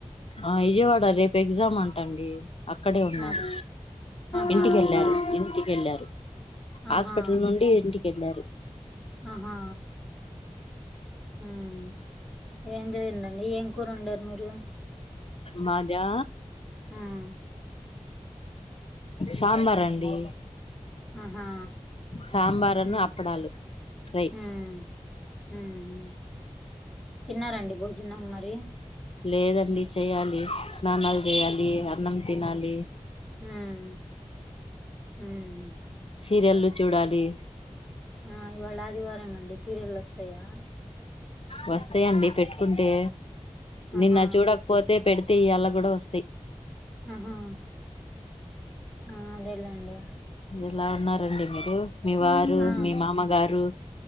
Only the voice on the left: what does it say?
ఆ విజయవాడ రేపు ఎగ్జామ్ అంట అండి అక్కడే ఉన్నారు
ఇంటికెళ్ళారు
ఇంటికెళ్ళారు హాస్పిటల్
నుండి ఇంటికెళ్లారు
మాదా
సాంబార్ అండి
సాంబారును
అప్పడాలు ఫ్రై
లేదండి చెయ్యాలి స్నానాలు చేయాలి అన్నం తినాలి
సీరియల్లు చూడాలి
వస్తాయండి పెట్టుకుంటే
నిన్న చూడకపోతే పెడితే ఇయాల కూడ వస్తాయ్
ఎలా ఉన్నారండి మీరు మీ వారు
మీ మామగారు